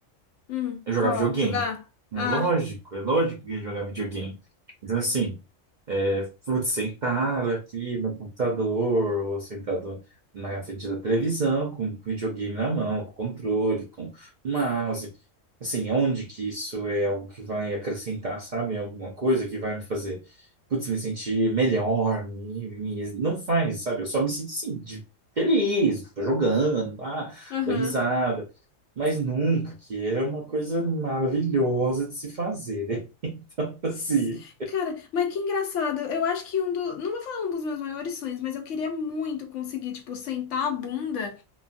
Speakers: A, on the left; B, on the right.
A: Hum,
B: eu jogava
A: qual?
B: videogame.
A: Jogar?
B: É
A: Ah,
B: lógico, é lógico que eu ia jogar videogame. Então, assim, é, putz, sentado aqui no computador, ou sentado na frente da televisão, com o videogame na mão, com controle, com mouse. Assim, onde que isso é algo que vai acrescentar, sabe? Alguma coisa que vai me fazer, putz, me sentir melhor, me, me- não faz, sabe? Eu só me sinto assim, de- feliz, tô jogando, ah,
A: aham.
B: dou risada mas nunca, que é uma coisa maravilhosa de se fazer, né? <laughs> Então, assim,
A: S- Cara, mas que engraçado. Eu acho que um do. Não vou falar um dos meus maiores sonhos, mas eu queria muito conseguir, tipo, sentar a bunda